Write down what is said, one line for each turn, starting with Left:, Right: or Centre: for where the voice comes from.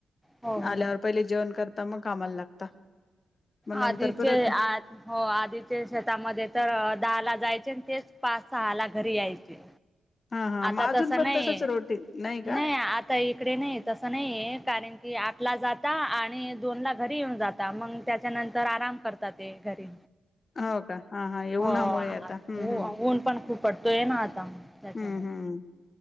Centre: हो हो
Left: आल्यावर पहिले जेवण करता मग कामाला लागता. मग नंतर
Centre: आधीचे
Left: परत
Centre: आ हो आधीच्या शेतामध्ये तर दहा ला जायचे, आणि तेच पाच सहाला घरी यायचे.
Left: हा हा
Centre: आता
Left: मग अजून
Centre: तसं
Left: पण
Centre: नाहीये.
Left: तसच रोटीन का
Centre: नाही आत. तय इकडे नाही ये तसं नाहीये कारण की आठला जाता आणि दोन ला घरी येऊन जात ता मंग त्याच्यानंतर आराम करता ते घरी
Left: हो का हा हा
Centre: हो
Left: उन्हामुळे आता हम्म हम्म
Centre: ऊन पण खूप पडतोय, ना आता त्याच्यामुळे
Left: हम्म हम्म